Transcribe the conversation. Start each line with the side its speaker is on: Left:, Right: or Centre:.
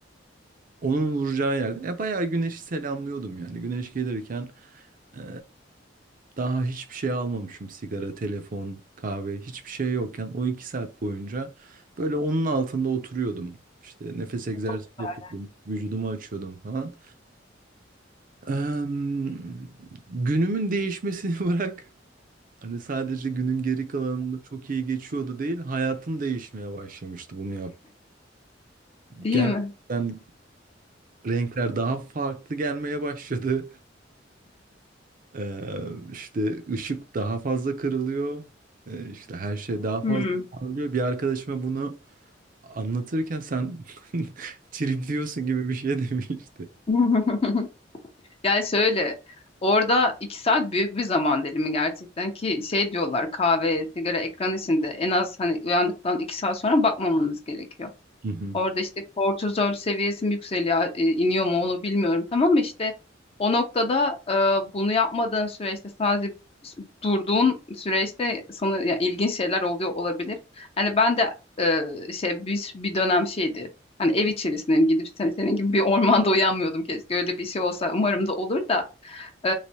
Right: Onun vuracağı yerde. E bayağı güneşi selamlıyordum yani. Güneş gelirken e, daha hiçbir şey almamışım. Sigara, telefon, kahve hiçbir şey yokken o iki saat boyunca böyle onun altında oturuyordum. İşte nefes egzersizi
Left: Çok güzel
Right: yapıyordum.
Left: yani.
Right: Vücudumu açıyordum falan. Em, günümün değişmesini <laughs> bırak. Hani sadece günün geri kalanında çok iyi geçiyordu değil. Hayatım değişmeye başlamıştı bunu yap.
Left: Değil
Right: Gerçekten
Left: mi?
Right: renkler daha farklı gelmeye başladı. Ee, işte ışık daha fazla kırılıyor. Ee, işte her şey daha
Left: Hmm.
Right: fazla parlıyor. Bir arkadaşıma bunu anlatırken sen <laughs> tripliyorsun gibi bir şey <laughs> demişti.
Left: <laughs> Yani şöyle orada iki saat büyük bir zaman dilimi gerçekten ki şey diyorlar kahve, sigara, ekran içinde en az hani uyandıktan iki saat sonra bakmamanız gerekiyor.
Right: Hı hı.
Left: Orada işte kortizol seviyesi mi yükseliyor, e, iniyor mu onu bilmiyorum. Tamam mı? İşte o noktada e, bunu yapmadığın süreçte sadece s- durduğun süreçte sana ya, ilginç şeyler oluyor olabilir. Hani ben de e, şey bir, bir dönem şeydi. Hani ev içerisindeyim gidip sen- senin gibi bir ormanda uyanmıyordum keşke öyle bir şey olsa umarım da olur da e,